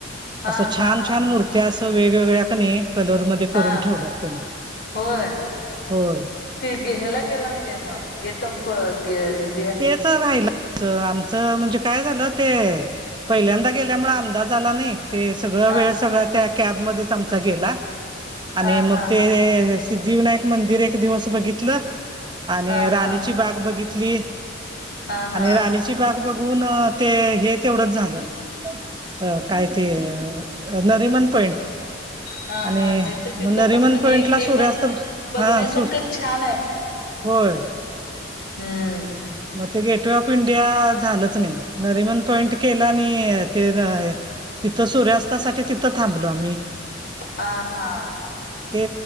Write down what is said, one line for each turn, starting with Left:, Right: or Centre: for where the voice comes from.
Left: हा
Right: असं छान
Left: हा
Right: छान
Left: हा
Right: मूर्त्या असं वेगवेगळ्या कने कलरमध्ये
Left: हा
Right: करून ठेवल्यात त्यानी....
Left: होय.....
Right: होय....
Left: ते गे हेला गेला काय नाही मग गेट ऑफ अ गे इन....
Right: तेचं राहिलं.... आमचं आमचं म्हणजे काय झालं ते पहिल्यांदा गेल्यामुळं अंदाज आला नाही.., ते सगळं
Left: हा
Right: वेळ सगळं त्या कॅबमध्येच आमचा गेला
Left: हा
Right: आणि
Left: हा
Right: मग ते....
Left: हा
Right: सिद्धिविनायक मंदिर एक दिवस बघितलं आणि
Left: हा
Right: राणीची
Left: हा
Right: बाग बघितली.....
Left: हा
Right: आणि
Left: हा
Right: राणीची बाग बघून ते हे तेवढंच झालं.... अ काय ते अ नरिमन पॉइंट.....
Left: हा
Right: आणि
Left: हा नाहीतर तिथं
Right: म नरिमन
Left: पण क
Right: पॉइंटला
Left: नाही ते
Right: सूर्यास्त
Left: पण बघण्यासारखं
Right: हा सू.....
Left: छान आहे
Right: होय....
Left: हम्म....
Right: मग ते गेटवे ऑफ इंडिया झालंच नाही नरिमन पॉईंट केला आणि ते न..... तिथं सूर्यास्तासाठी तिथं थांबलो आम्ही
Left: हा हा
Right: ते